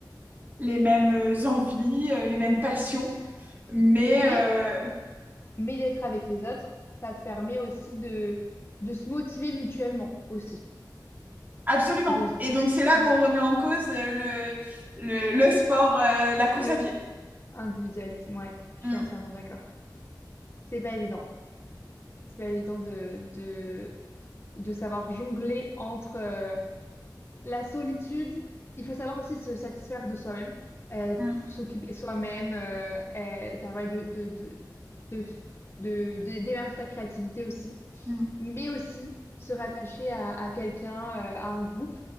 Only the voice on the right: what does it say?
les mêmes euh, envies, euh, les mêmes passions,
mais
euh,
absolument.
Et
donc c'est là
où on remet en cause euh, le, le, le sport, euh, la course
à pied.
Mm,
mm,
mm.